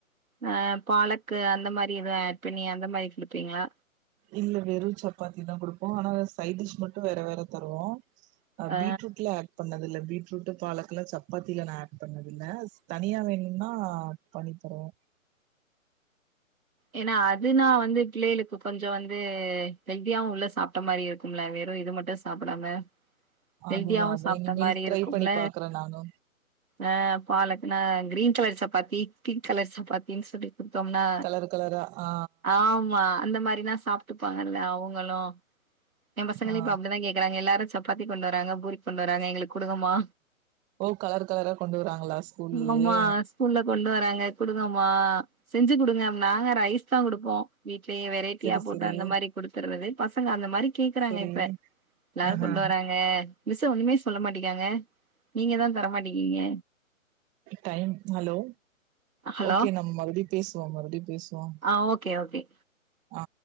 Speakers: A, on the right (about 85°); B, on the right (about 20°).
A: ஆ பாலக்கு அந்த மாரி எதும் ஆட் பண்ணி அந்த மாரி கொடுப்பீங்களா
B: இல்ல வெறும் சப்பாத்தி தா கொடுப்போ ஆனா சைட் டிஷ் மட்டும் வேற வேற தருவோம் அ
A: ஆ
B: பீட்ரூட்ல பண்ணதில்ல பீட்ரூட்டு் பாலக்கெலா சப்பாத்தியில நா ஆட் பண்ணதில்ல தனியா வேணுனா பண்ணி தருவே
A: ஏன்னா அதுனா வந்து பிள்ளைகளுக்கு கொஞ்ச வந்து ஹெல்தியா உள்ள சாப்ட்ட மாரியு இருக்கும்ல வெறு இது மட்டும் சாப்பிடாம
B: அதுதா
A: ஹெல்தியாவும்
B: அதா
A: சாப்பிட்ட
B: இனிமேல்
A: மாரி
B: ட்ரை
A: இருக்கும்ல
B: பண்ணி பாக்குறே நானு
A: ஆ பாலக்குனா green colour chapati pink colour சப்பாத்தின்னு சொல்லி கொடுத்தோம்னா
B: கலர் கலரா ஆ
A: ஆமா அந்த மாதிரிதா சாப்பிட்டுபாங்கல்ல அவங்களும் எ பசங்களும்
B: ஆ
A: இப்ப அப்படிதா கேக் க்கறாங்க எல்லாரு சப்பாத்தி கொண்டு வராங்க பூரி கொண்டு வராங்க எங்களுக்கு கொடுங்கம்மா
B: ஓ கலர் கலரா கொண்டு வறாங்களா ஸ்கூல்லயே
A: ஆமா ஸ்கூல்ல கொண்டு வராங்க குடுங்கம்மா செஞ்சு கொடுங்க நாங்க ரைஸ் தா கொடுப்போ வீட்லயே வெரைட்டியா
B: செரி
A: போட்டு
B: செரி
A: அந்த மாரி குடுத்துறது பசங்க அந்த மாரி கேக்குறாங்க
B: செரி
A: இப்ப எல்லாரு
B: ஆஹ
A: கொண்டு வராங்க மிஸ் ஒண்ணுமே சொல்ல மாட்டிக்காங்க நீங்க தா தரமாட்டேக்கீங்க
B: டைம் ஹலோ
A: ஹலோ
B: ஓகே நம்ம மறுபடியும் பேசுவோ மறுபடியும் பேசுவோம்
A: ஆ ஓகே ஓகே
B: ஆ